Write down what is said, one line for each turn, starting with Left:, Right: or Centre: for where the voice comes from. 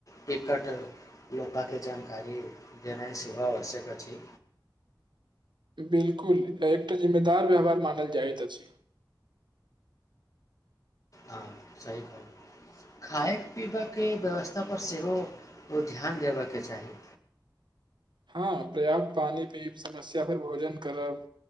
Left: टिकट लोकाके जानकारी देनाइ सेहो आवश्यक अछि
Right: बिल्कुल एकटा जिम्मेदार व्यवहार मानल जाइत अछि
Left: हँ सही कह खाय पीबाकके व्यवस्थापर सेहो ओ ध्यान देबके चाही
Right: हँ पर्याप्त पानी पीब समस्या पर भोजन करब